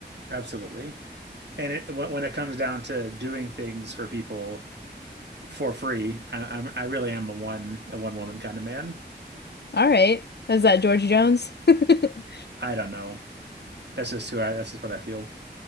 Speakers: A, on the right (about 70°); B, on the left (about 70°).
A: absolutely and it when when it comes down to doing things for people for free. I, I'm I really am a one a one woman kind of man.
B: All right. Is that George Jones? <laughs>
A: I don't know. That's just who I. That's just what I feel.